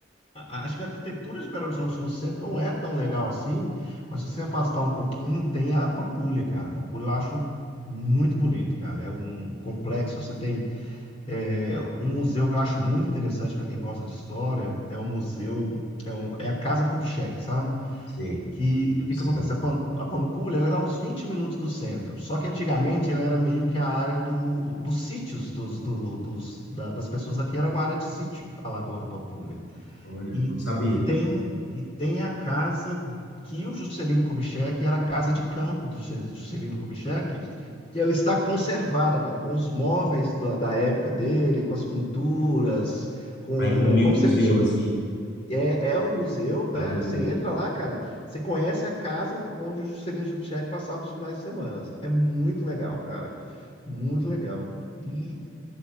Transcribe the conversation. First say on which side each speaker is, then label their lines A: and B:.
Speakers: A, on the left; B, on the left.
A: a- Acho que a arquitetura de Belo Horizonte no centro não é tão legal assim, mas se você afastar um pouquinho, tem a Pampulha, cara. A Pampulha eu acho muito bonito, cara. É um complexo, você tem é, um museu que eu acho muito interessante para quem gosta de história, é o museu, é, o- é a Casa Kubitschek, sabe?
B: Sei,
A: Que o que
B: sei
A: que acontece?
B: mesmo.
A: A, Pam- a Pampulha, ela dá uns 20 minutos do centro, só que antigamente ela era meio que a área do, dos sítios dos, do- dos- da- das pessoas aqui, era uma área de sítio, a Lagoa da Pampulha.
B: Olha,
A: E
B: não sabia.
A: tem, e tem a casa que o Juscelino Kubitschek era a casa de campo do Jus- Juscelino Kubitschek, e ela está conservada, cara, com os móveis da, da época dele, com as pinturas, com
B: Aí virou meio
A: como
B: um
A: se
B: museu,
A: ele t-
B: assim.
A: é, é um museu, né?
B: Ah, um museu
A: Você
B: mesmo.
A: entra lá, cara, você conhece a casa onde o Juscelino Kubitschek passava os finais de semana. É muito legal, cara, muito legal. E